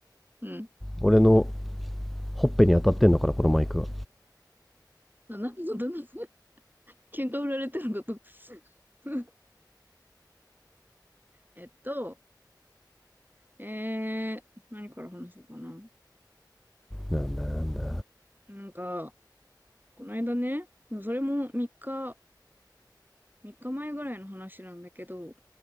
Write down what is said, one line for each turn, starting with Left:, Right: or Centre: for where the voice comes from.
Right: うん。
Centre: 俺のほっぺに当たってんのかなこのマイクは
Right: あ何の音だ喧嘩売られてるのかと。<laughs> うんえっと、えー、何から話そうかな。
Centre: なんだなんだ
Right: なんか、この間ね、それも3日、3日前ぐらいの話なんだけど、